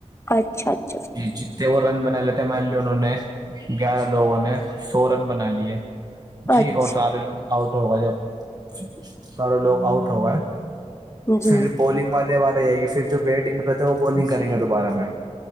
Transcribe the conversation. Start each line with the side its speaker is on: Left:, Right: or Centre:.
Left: اچھا اچھا
Right: جتے وہ رن بنالتے مار لی انوں نے گیارہ لوگوں نے سو رن بنا لیے جی
Left: اچھا
Right: اور سارے لوگ آؤٹ ہو گئے جب ساروں لوگ آؤٹ ہو گئے
Left: جی
Right: پھر بالنگ والے والار جائے گی پھر جو بیٹنگ رہتے ہے وہ بالنگ کریں گے دوبارہ میں